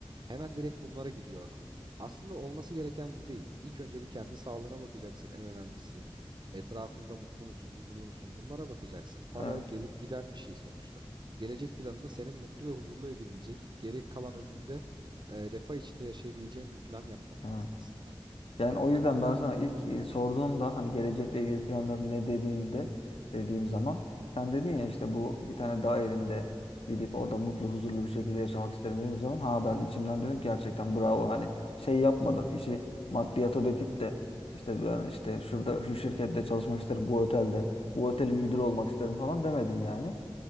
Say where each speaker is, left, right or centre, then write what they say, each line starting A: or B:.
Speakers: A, on the right; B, on the left.
A: Hemen direkt bunlara gidiyor akıl. Aslında olması gereken bu değil. İlk önce bir kendi sağlığına bakacaksın en önemlisi. Etrafında mutlu musun, huzurlu musun? Bunlara bakacaksın. Para
B: evet,
A: gelip giden bir şey sonuçta. Gelecek planını senin mutlu ve huzurlu edebilecek, geri kalan ömründe e, refah içinde yaşayabileceğin bir plan yapman
B: evet.
A: lazım aslında.
B: Yani o yüzden ben sana ilk e, sorduğumda hani gelecekle ilgili planların ne dediğinde dediğim zaman sen dedin ya işte bu bir tane dağ evinde gidip orada mutlu huzurlu bir şekilde yaşamak isterim dediğim zaman ha ben içimden dedim ki gerçekten bravo hani şey yapmadın işi maddiyata döküp de işte ben işte şurada şu şirkette çalışmak isterim bu otelde bu otelin müdürü olmak isterim falan demedin yani.